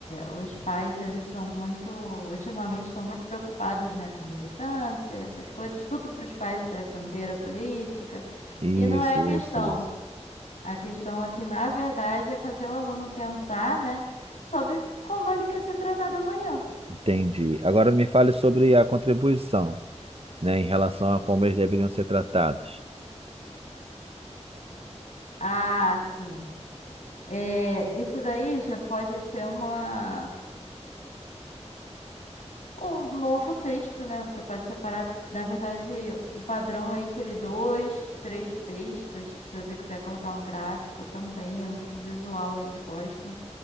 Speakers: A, on the left; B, on the right.
A: os pais, eles são muito, ultimamente estão muito preocupados, né, com militância, essas coisas, tudo para os pais é bandeira política,
B: Isso,
A: e não é a questão.
B: isso, isso.
A: A questão aqui, na verdade, é fazer o aluno pensar, né, sobre como ele quer ser tratado amanhã.
B: Entendi. Agora me fale sobre a contribuição, né? Em relação a como eles deveriam ser tratados.
A: Ah, sim. É, isso daí já pode ser uma Um novo texto, né? Você pode separar, na verdade, o padrão entre dois, três textos. Se você quiser colocar um gráfico também, é muito visual, eles gostam.